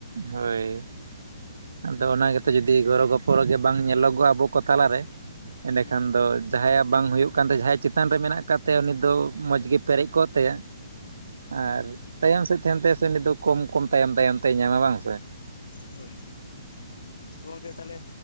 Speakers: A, on the right; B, on the left.
A: ᱦᱳᱭ ᱾ <unintelligible> ᱼᱼ ᱟᱫᱚ ᱚᱱᱟ ᱜᱮᱛᱚ ᱡᱩᱫᱤ ᱜᱚᱲᱚ ᱜᱚᱯᱲᱚ ᱜᱮ ᱵᱟᱝ ᱧᱮᱞᱚᱜᱚᱜᱼᱟ ᱟᱵᱚ ᱠᱚ ᱛᱟᱞᱟᱨᱮᱼᱼ ᱮᱸᱰᱮᱠᱷᱟᱱ
B: ᱦᱩᱸ
A: ᱫᱚ ᱡᱟᱦᱟᱸᱭᱟᱜ ᱵᱟᱝ ᱦᱩᱭᱩᱜ ᱠᱟᱱ ᱛᱟᱭᱟ ᱡᱟᱦᱟᱸᱭᱟᱜ ᱪᱮᱛᱟᱱ ᱨᱮ ᱢᱮᱱᱟᱜ ᱟᱠᱟᱫ ᱛᱟᱭᱟ ᱩᱱᱤ ᱫᱚ ᱢᱚᱡᱽ
B: ᱦᱩᱸ
A: ᱜᱮᱼᱼ ᱯᱮᱨᱮᱡ ᱠᱚᱜ ᱛᱟᱭᱟ <unintelligible> ᱟᱨ ᱛᱟᱭᱚᱢ ᱥᱮᱫ ᱛᱟᱦᱮᱱ ᱛᱟᱭᱟ ᱥᱮ ᱩᱱᱤ ᱫᱚ ᱠᱚᱢ ᱠᱚᱢ ᱛᱟᱭᱚᱢ ᱛᱟᱭᱚᱢ ᱼᱼ ᱛᱮᱲ ᱧᱟᱢᱟ ᱵᱟᱝ ᱥᱮᱼᱼ
B: ᱦᱳᱭ ᱜᱚᱝᱠᱮ <unintelligible> ᱛᱟᱦᱞᱮ